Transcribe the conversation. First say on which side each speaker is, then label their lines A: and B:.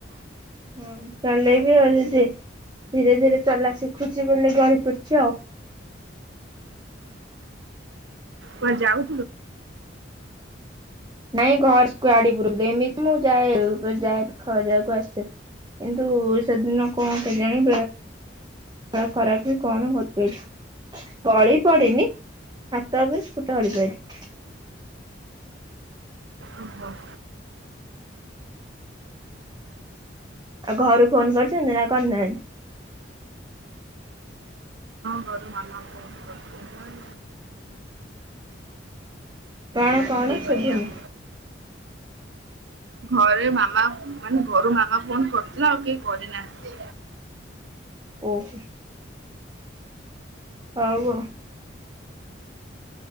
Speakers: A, on the right (about 20°); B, on the right (about 70°).
A: ହଁ ଚଲେଇବି ଆଉ ଯଦି ଧୀରେ ଧୀରେ ଚଲା ଶିଖୁଛି ବୋଲି ଜଣି ପଡଛି ଆଉ
B: ମ ଯାଉ
A: <inaudible> ନାଇଁ ଘର ଗାଡି ପୁରୁ ଏମିତି ମୁଁ ଯାଏ ଯାଏ ପାଖ ଯାକୁ ଆସେ କିନ୍ତୁ ସେଦିନ କଣ କେଜାଣି ଖରାପ ବି କଣ କରିପାରଛି ଗଳି ପଡିନି ହାତ ଉପରେ ସ୍କୁଟ ଅଳି ପାରି <unintelligible>
B: ଓହୋ ଆଉ
A: ଆଉ ଘରୁ ଫୋନ କରଛୁନ୍ତି ନା କନାନ୍ତି
B: ବରୁ ମନ କ ବୁ <unintelligible>
A: କଣ
B: ରାତି
A: କଣ ସବୁନ
B: କରିବା। ଘରେ ମାମା ମାନେ ଘରୁ ମାମା ଫୋନ୍ କରିୁଥିଲା ଆଉ କେହି କରିନାହାନ୍ତି।
A: ଓହୋ। ହଉ ଆଉ।